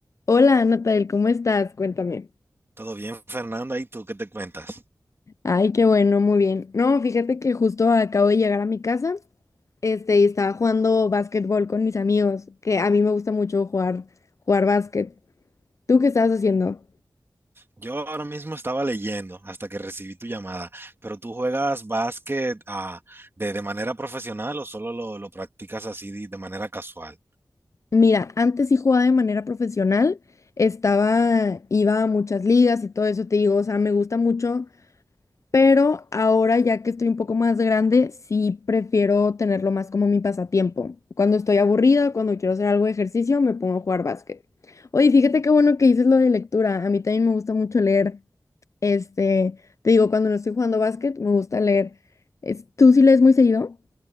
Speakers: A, on the left (about 50°); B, on the right (about 35°).
A: Hola, Natal, ¿cómo estás? Cuéntame.
B: Todo bien, Fernanda, ¿y tú qué te cuentas?
A: Ay, qué bueno, muy bien. No, fíjate que justo acabo de llegar a mi casa, este, y estaba jugando básquetbol con mis amigos, que a mí me gusta mucho jugar, jugar básquet. ¿Tú qué estabas haciendo?
B: Yo ahora mismo estaba leyendo hasta que recibí tu llamada, pero ¿tú juegas básquet ah, de, de manera profesional o solo lo, lo practicas así de de manera casual?
A: Mira, antes sí jugaba de manera profesional, estaba, iba a muchas ligas y todo eso, te digo, o sea, me gusta mucho pero ahora ya que estoy un poco más grande, sí prefiero tenerlo más como mi pasatiempo. Cuando estoy aburrida, cuando quiero hacer algo de ejercicio, me pongo a jugar básquet. Oye, fíjate qué bueno que dices lo de lectura. A mí también me gusta mucho leer. Este, te digo, cuando no estoy jugando básquet, me gusta leer. Es- ¿tú sí lees muy seguido?